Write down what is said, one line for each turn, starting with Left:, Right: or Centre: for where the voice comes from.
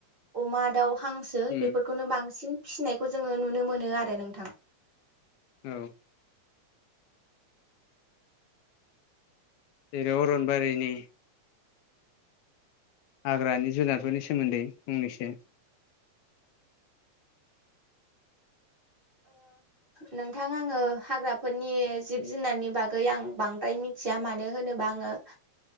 Right: अमा दाउ हांसो
Left: उम
Right: बेफोरखौनो बांसिन फिसिनायखौ जोङो नुनो मोनो आरो नोंथां
Left: औ जेरै अरनबारिनि हाग्रानि जुनारफोरनि सोमोन्दै फंनैसो
Right: नोंथां आङो हाग्राफोरनि जिब जुनारनि बागै आं बांद्राय मिथि या मानो होनोबा आङो